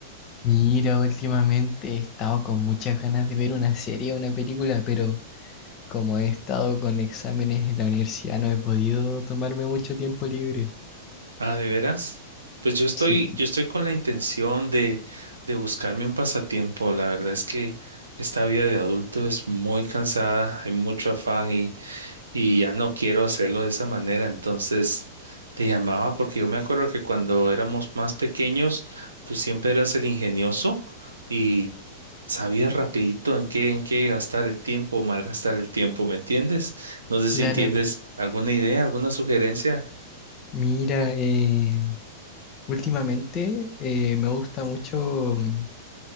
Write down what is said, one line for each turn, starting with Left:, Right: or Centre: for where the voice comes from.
Left: Mira, últimamente he estado con muchas ganas de ver una serie o una película, pero como he estado con exámenes en la universidad no he podido tomarme mucho tiempo libre.
Right: Ah, ¿de veras? Pues yo estoy,
Left: Sí,
Right: yo estoy con la intención de, de buscarme un pasatiempo. La verdad es que esta vida de adulto es muy cansada, hay mucho afán y ya no quiero hacerlo de esa manera. Entonces te llamaba porque yo me acuerdo que cuando éramos más pequeños, tú siempre eras el ingenioso y sabías rapidito en qué, en qué gastar el tiempo, o malgastar el tiempo, ¿me entiendes? No sé
Left: claro.
Right: si tienes alguna idea, alguna sugerencia.
Left: Mira, eh, últimamente eh, me gusta mucho mm,